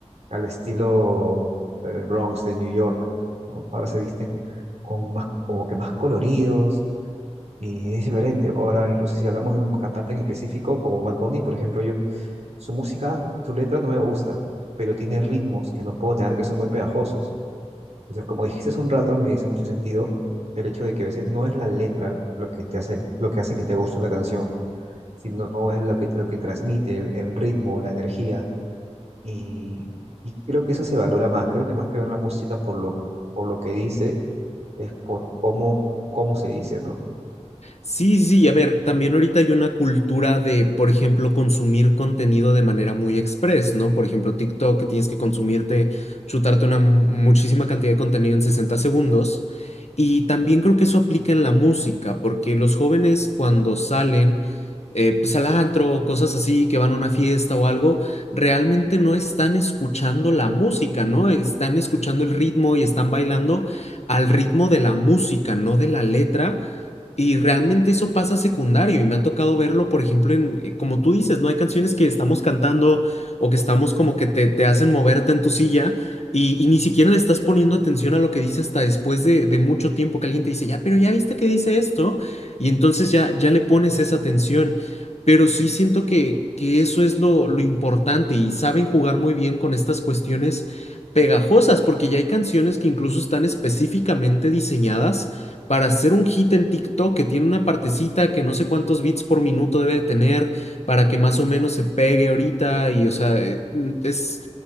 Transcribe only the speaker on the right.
al estilo del Bronx de New York, ¿no? Ahora se visten con más, como que más coloridos y es diferente. Ahora, incluso si hablamos de un cantante en específico, como Bad Bunny, por ejemplo, yo, su música, su letra no me gusta, pero tiene ritmos que no puedo negar que son muy pegajosos. Entonces, como dijiste hace un rato, me hizo mucho sentido el hecho de que a veces no es la letra lo que te hace, lo que hace que te guste una canción, sino es lo que, lo que transmite, el, el ritmo, la energía. Y, y creo que eso se valora más. Creo que más que ver la música por lo, por lo que dice, es por cómo, cómo se dice, ¿no?